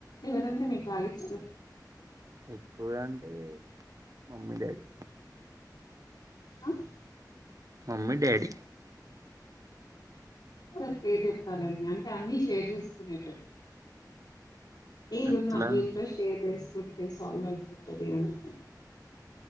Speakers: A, on the left; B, on the right.
A: ఎవరంటే మీకు బాగా ఇష్టం.
B: ఎక్కువగా అంటే మమ్మీ, డాడి.
A: ఆహ్
B: మమ్మీ, డాడీ.
A: సార్ పేరు చెప్తానండి. అంటే అన్నీ షేర్ చేసుకునేటట్టు. ఏదున్నా
B: అట్లా
A: వీళ్ళతో షేర్ చేస్ వుట్టే సాల్విన్సీ వచ్చేది అను.